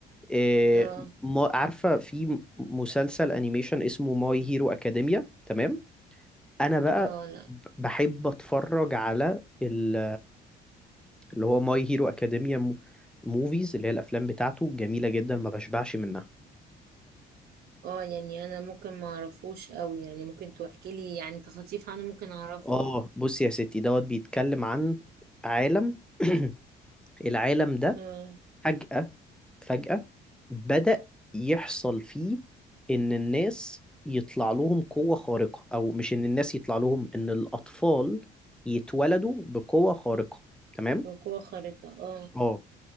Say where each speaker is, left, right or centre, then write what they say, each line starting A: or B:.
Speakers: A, in the centre; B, on the right.
A: إيه
B: اه
A: ما عارفة في مسلسل انيميشن اسمه ماي هيرو اكاديميا تمام انا بقى
B: اه لا
A: ب- بحب اتفرج على ال- اللي هو ماي هيرو اكاديميا موفيز اللي هي الافلام بتاعته جميلة جدا ما بشبعش منها
B: اه يعني انا ممكن ما اعرفوش قوي يعني ممكن تحكي لي يعني تخطيف عنه ممكن اعرفه
A: اه بص يا ستي دوت بيتكلم عن عالم <clears throat> العالم ده
B: اه
A: فجأة فجأة بدأ يحصل فيه إن الناس يطلع لهم قوة خارقة أو مش إن الناس يطلع لهم إن الأطفال يتولدوا بقوة خارقة تمام؟
B: وقوة خارقة اه
A: اه